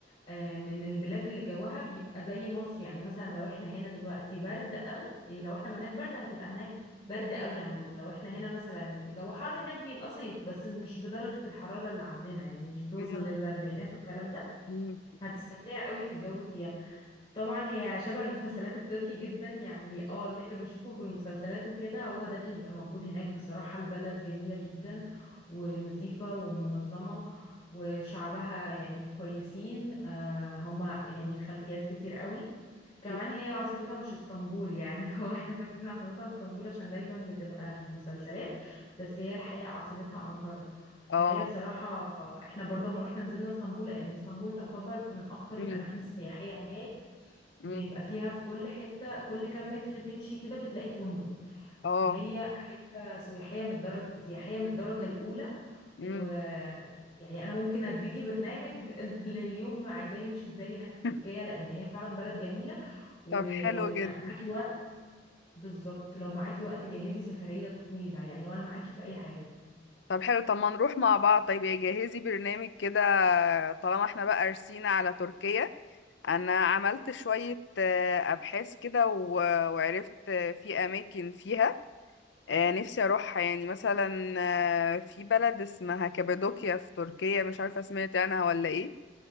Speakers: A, on the left; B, on the left.
A: آه، من البلاد اللي جوها بيبقى زي مصر يعني مثلا لو احنا هنا دلوقتي برد قوي إيه، لو احنا هناك برد هتبقى هناك برد قوي عندهم لو احنا هنا مثلا جو حر هناك بيبقى صيف بس مش بدرجة الحرارة اللي عندنا يعني مش بتوصل
B: مم.
A: للاربعينات والكلام ده
B: مم.
A: هتستمتعي قوي في الجو فيها طبعا هي شبه المسلسلات التركي جدا يعني اه اللي احنا بنشوفه في المسلسلات وكده هو ده اللي بيبقى موجود هناك بصراحة البلد جميلة جدا ونظيفة ومنظمة وشعبها يعني كويسين آه هما يعني من خلفيات كتير قوي كمان
B: مم.
A: هي عاصمتها مش اسطنبول يعني <laughs> هو احنا فاكرين عاصمتها اسطنبول عشان دايما بتبقى في المسلسلات بس هي الحقيقة عاصمتها أنقرة فهي
B: اه
A: بصراحة آه، احنا برضه لما رحنا نزلنا اسطنبول لأن اسطنبول تعتبر من أكتر
B: مم.
A: الأماكن السياحية هناك
B: مم.
A: بيبقى فيها في كل حتة كل كام متر تمشي كده بتلاقي فندق
B: اه
A: فهي حتة سياحية من الدرجة سياحية من الدرجة الأولى
B: مم.
A: و يعني أنا ممكن أديكي برنامج <laughs> لليوم عايزاه يمشي إزاي هناك في
B: <laughs>
A: تركيا لأن هي فعلا بلد جميلة ولو
B: طب حلو جدا
A: معاكي وقت بالظبط لو معاكي وقت جهزي سفرية طويلة يعني وأنا معاكي في أي حاجة
B: طب حلو طب ما نروح مع بعض طيب يا جهزي برنامج كده طالما احنا بقى رسينا على تركيا انا عملت شوية آه، ابحاث كده و- وعرفت آه، في اماكن فيها آه، نفسي اروحها يعني مثلا آه، في بلد اسمها كابادوكيا في تركيا مش عارفة سمعت عنها ولا ايه